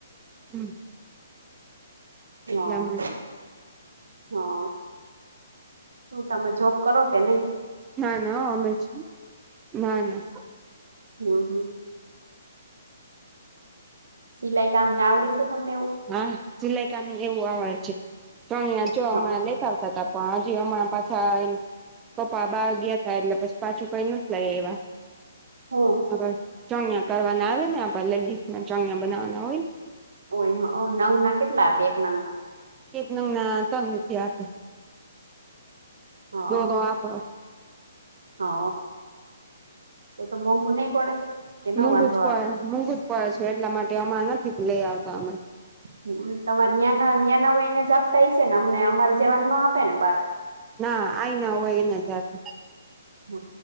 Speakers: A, on the right; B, on the right.
A: હમ્મ.
B: <unintelligible>
A: માટે
B: હા હું તમે જોબ કરો કે નઈ?
A: ના ના હો અમે <unintelligible> ના ના.
B: હમ્મ હમ્મ. સિલાઈ કામને આવડે છે તમને એવું?
A: હા સિલાઈ કામ એવું આવડે છે પણ યા જો આમા
B: હા
A: લેતા આવતા તો પણ હજી હમણાં પાછા <unintelligible> પપ્પા બાર ગીયા તા એટલે પછ પાછું કઈ નથ લાઈ આયવા.
B: હો.
A: <unintelligible> ચણિયા કરવાના આવે ને આપડે લેડીઝ ના ચણિયા બનાવવાના હોય
B: <unintelligible> નંગના કેટલા આપે એક નંગના?
A: એક નંગના તન રૂપિયા આપે
B: ના
A: દોરો
B: હ
A: આપણો.
B: હ અ તો તો મોઘુ નઈ પડે? કે ન
A: મોંઘુ
B: વાંધો
A: જ
B: આવે
A: પડે મોંઘુ જ પડે છે એટલા માટે હમણા નથી લેઈ આવતા અમે.
B: <unintelligible> તમારે ન્યાના ન્યાના હોય એને જ આપતા હશે ને અમને અમારે જેવાન નો આપે ને બાર?
A: ના આઈ ના હોય એને જ આપે.
B: હ